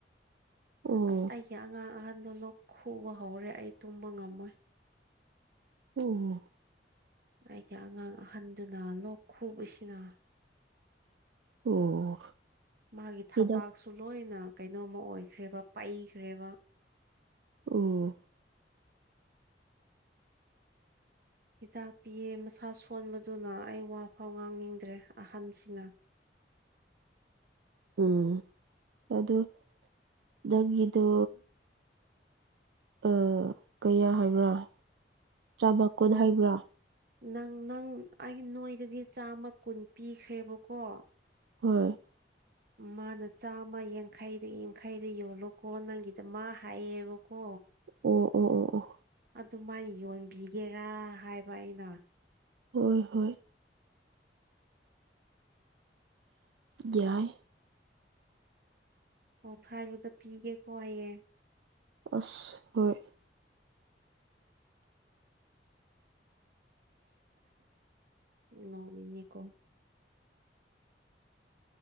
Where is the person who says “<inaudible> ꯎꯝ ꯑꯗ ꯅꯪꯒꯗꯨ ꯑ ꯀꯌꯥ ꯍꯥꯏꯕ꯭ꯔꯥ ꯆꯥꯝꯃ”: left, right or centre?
Right